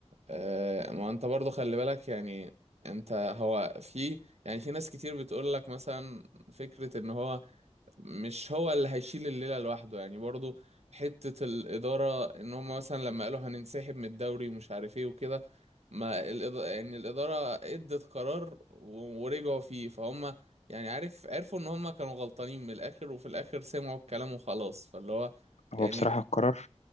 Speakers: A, on the right; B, on the left.
A: آه ما انت برضه خلي بالك يعني انت هو في يعني في ناس كتير بتقول لك مثلا فكره ان هو مش هو اللي هيشيل الليلة لوحده يعني برضو حتة الإدارة إن هم مثلا لما قالوا هننسحب من الدوري ومش عارف إيه وكده ما الإدارة يعني الإدارة إدت قرار و- ورجعوا فيه فهم يعني عارف عرفوا إن هم كانوا غلطانين من الآخر وفي الآخر سمعوا الكلام وخلاص فاللي هو
B: هو
A: يعني
B: بصراحة القرار